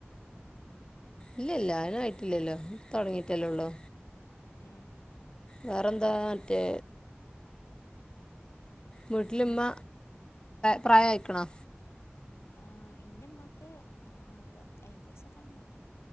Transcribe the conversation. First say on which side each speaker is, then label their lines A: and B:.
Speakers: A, on the left; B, on the left.
A: ഇല്ലല്ല ആയിന് ആയിട്ടില്ലല്ലോ ഇപ്പോ തുടങ്ങിയിട്ടല്ലേ ഉള്ളൂ.
B: ഏ
A: വേറെന്താമറ്റെ! വീട്ടിലിമ്മ
B: ഉം
A: പ്രായം
B: ആ
A: ആയിക്കണാ?
B: ആ ഇന്റെമ്മക്ക് അഒരു പത്ത് അയമ്പത് വയസൊക്കെ ആയിട്ട്ണ്ടാവും.